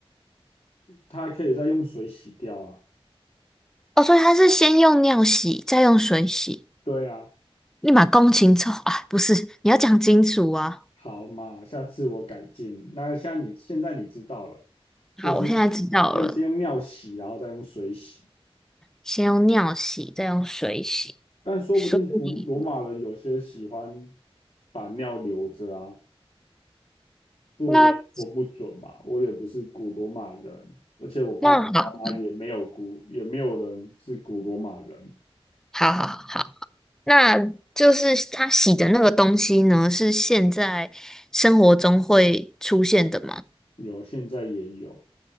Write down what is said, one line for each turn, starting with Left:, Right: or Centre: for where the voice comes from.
Left: 它可以再用水洗掉啊。
Centre: 哦，所以它是先用尿洗，再用水洗，
Left: 对啊，
Centre: 立马工勤臭啊？不是，你要讲清楚啊。
Left: 好嘛，下次我改进。那像你现在你知道了，就是
Centre: 好，我现在知道了，
Left: 可以先用尿洗，然后再用水洗。
Centre: 先用尿洗，再用水洗。
Left: 但说不定古罗马人有些喜欢
Centre: 所以
Left: 把尿留着啊。这我也说不准嘛，
Centre: 那
Left: 我也不是古罗马人，而且我爸爸妈妈也没有古，
Centre: 那好，
Left: 也没有人是古罗马人，
Centre: 好好好。那就是他洗的那个东西呢，是现在生活中会出现的吗？
Left: 有现在也有，